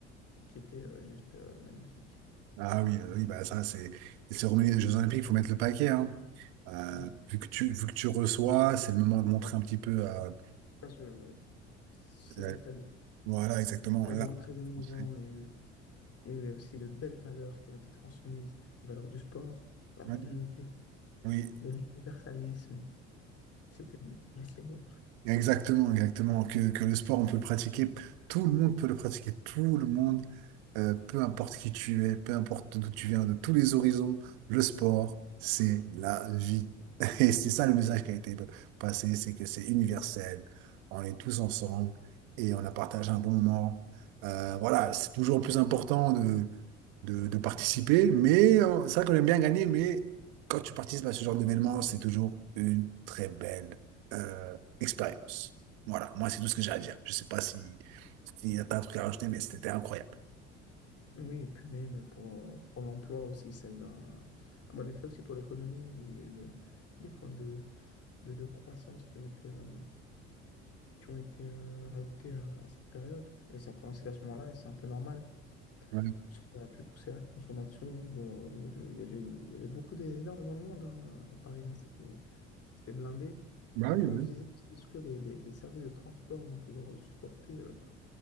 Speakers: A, on the left (about 40°); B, on the right (about 70°).
A: et qui était euh, juste euh, magnifique.
B: Ah oui, euh, oui, bah ça, c'est les cérémonies des Jeux Olympiques, il faut mettre le paquet, hein. Euh,
A: Mm.
B: vu que tu, vu que tu reçois, c'est le moment de montrer un petit peu. euh,
A: Ça, je- C'était
B: euh,
A: très beau.
B: voilà, exactement.
A: Très
B: Là,
A: beau, très émouvant
B: on sait.
A: et euh, Il y a eu aussi de belles valeurs qui ont été transmises, les valeurs du sport, de la
B: Ouais.
A: fraternité,
B: oui,
A: de l'universalisme. C'était assez beau.
B: Exactement, exactement. Que, que le sport, on peut le pratiquer, tout le monde peut le pratiquer, tout le monde, euh, peu importe qui tu es, peu importe d'où tu viens, de tous les horizons, le sport, c'est la vie. <laughs> Et c'est ça le message qui a été passé, c'est que c'est universel, on est tous ensemble et on a partagé un bon moment. Euh, voilà, c'est toujours plus important de, de, de participer, mais euh, c'est vrai qu'on aime bien gagner, mais quand tu participes à ce genre d'événement, c'est toujours une très belle euh, expérience. Voilà, moi, c'est tout ce que j'ai à dire. Je sais pas si, si t'as un truc à rajouter, mais c'était incroyable.
A: Oui, et puis même pour, euh, pour l'emploi aussi, ça a eu un, un bon effet aussi pour l'économie, où il y a eu euh, des points de, de, de croissance qui ont été, euh, qui ont été euh, rajoutés à, à cette période. Et ça a commencé à ce moment-là, et c'est un peu normal.
B: Ouais.
A: Parce qu'ils auraient pu pousser la consommation au niveau, au niveau de. Il y avait, il y avait beaucoup d'é- énormément de monde hein, à Paris. hein, c'était, c'était blindé.
B: Bah
A: Et
B: oui,
A: puis on
B: oui,
A: se disait, est-ce que les, les- les services de transport vont pouvoir supporter euh,